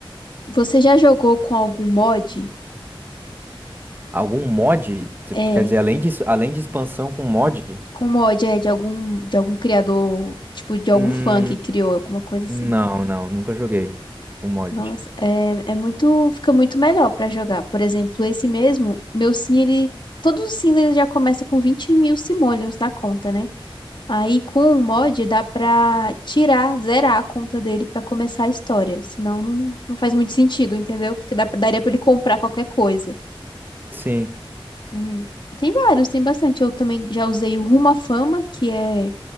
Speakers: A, on the left; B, on the right.
A: você já jogou com algum mod?
B: Algum mod, tu-
A: É,
B: quer dizer, além de, além de expansão com mod?
A: com mod é de algum de algum criador, tipo de algum
B: Hum,
A: fã que criou alguma coisa assim.
B: não, não, nunca joguei com mod.
A: Nossa, é, é muito, fica muito melhor pra jogar. Por exemplo, esse mesmo, meu sim, ele, todos os sims ele já começa com 20 mil simoleons na conta, né? Aí com o mod dá pra tirar, zerar a conta dele pra começar a história. Senão não, não faz muito sentido, entendeu? Porque dá pra- daria pra ele comprar qualquer coisa.
B: Sim.
A: Uhum. Tem vários, tem bastante. Eu também já usei o Rumo à Fama, que é